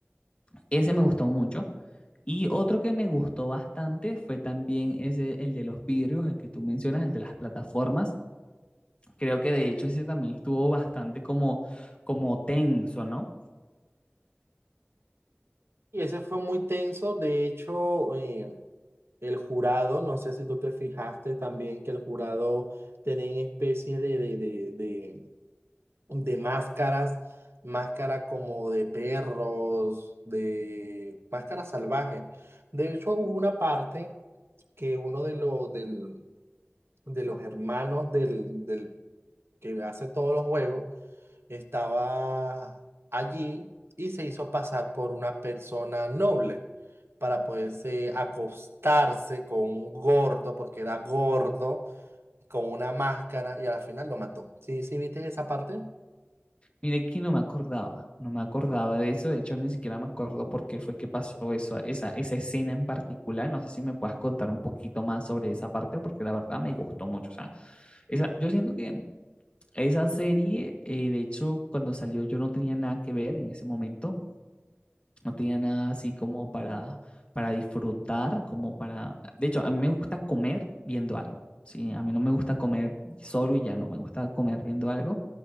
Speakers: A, on the left; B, on the right.
A: Ese me gustó mucho. Y otro que me gustó bastante fue también ese, el de los vidrios, el que tú mencionas, el de las plataformas. Creo que de hecho ese también estuvo bastante como, como tenso, ¿no?
B: Y ese fue muy tenso. De hecho, eh, el jurado, no sé si tú te fijaste también que el jurado tenía especies de, de, de, de de máscaras, máscara como de perros, de máscaras salvajes. De hecho, hubo una parte que uno de los, del- de los hermanos del, del que hace todos los juegos estaba allí y se hizo pasar por una persona noble para poderse acostarse con un gordo, porque era gordo, con una máscara y al final lo mató. ¿Sí, sí viste esa parte?
A: Mire que no me acordaba, no me acordaba de eso, de hecho ni siquiera me acuerdo por qué fue que pasó eso, esa, esa escena en particular. No sé si me puedas contar un poquito más sobre esa parte, porque la verdad me gustó mucho. O sea, esa, yo siento que esa serie, eh, de hecho, cuando salió yo no tenía nada que ver en ese momento, No tenía nada así como para, para disfrutar, como para... De hecho, a mí me gusta comer viendo algo, ¿sí? A mí no me gusta comer solo y ya no, me gusta comer viendo algo.